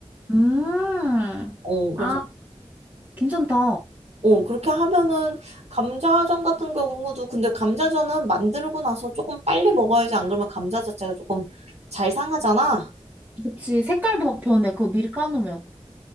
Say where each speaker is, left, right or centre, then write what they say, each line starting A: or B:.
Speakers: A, on the right; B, on the right.
A: 음.
B: 어, 그래서
A: 아. 괜찮다.
B: 어, 그렇게 하면은 감자전 같은 경우도 근데 감자전은 만들고 나서 조금 빨리 먹어야지 안 그러면 감자 자체가 조금 잘 상하잖아.
A: 그치. 색깔도 막 변해. 그거 미리 까놓으면.